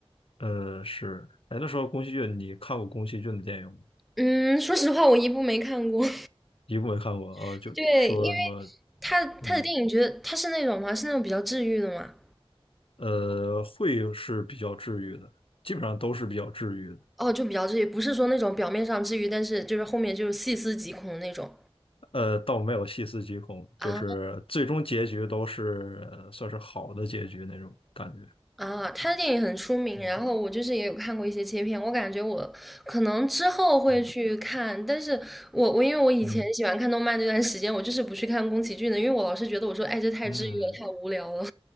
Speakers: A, on the left; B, in the centre.
A: 呃，是，哎，那时候宫崎骏，你看过宫崎骏的电影吗？
B: 嗯，说实话，我一部没看过。
A: 一部没看过，呃，
B: <laughs>
A: 就说什么，
B: 对，因为他他的电影，
A: 嗯，
B: 觉得他是那种吗？是那种比较治愈的嘛。
A: 呃，会是比较治愈的，基本上都是比较治愈的，
B: 哦，就比较治愈，不是说那种表面上治愈，但是就是后面就是细思极恐的那种
A: 呃，倒没有细思极恐，
B: 啊
A: 就是最终结局都是，呃算是好的结局那种感觉。
B: 啊！他的电影很出名，
A: 嗯
B: 然后我就是也有看过一些切片，我感觉我可能之后会去看，
A: 嗯
B: 但是我我因为我以前喜欢看动漫那段时间，
A: 嗯
B: 我就是不去看宫崎骏的，因为我老是觉得我说，哎，这太治愈了，
A: 嗯，
B: 太无聊了。